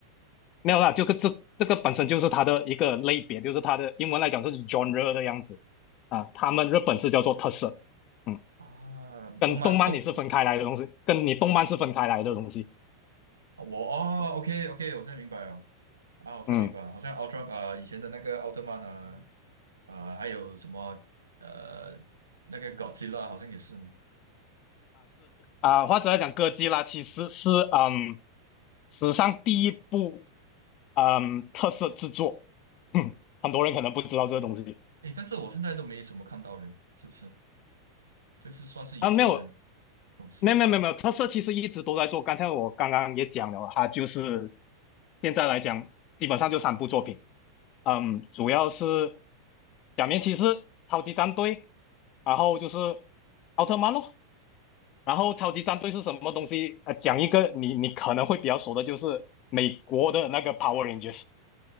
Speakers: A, on the left; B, on the right.
A: 没有啦，就个这这个本身就是它的一个类别，就是它的英文来讲是 genre 的样子啊，他们日本是叫做特色。嗯。
B: 啊，
A: 跟动漫你是分开来的东西，
B: 动漫动
A: 跟你动漫是分开来的东西。
B: 我哦，OK OK，我现在明白了啊，我现在明白了，
A: 嗯
B: 好像奥特啊、以前的那个奥特曼啊啊、还有什么呃那个 Godzilla 好像也是嘛。
A: 啊、呃或者来讲，哥吉拉其实是嗯史上第一部嗯特色制作，嗯，很多人可能不知道这个东西
B: 哦，诶，但是我现在都没什么看到嘞，是不是？这是算是以前的
A: 啊，没有。
B: 东西吗？
A: 没有没有没有没有，特色其实一直都在做。刚才我刚刚也讲了，它就是现在来讲，基本上就三部作品。嗯，主要是《假面骑士》、《超级战队》，然后就是奥特曼咯。然后超级战队是什么东西？呃，讲一个你你可能会比较熟的，就是美国的那个 Power Rangers，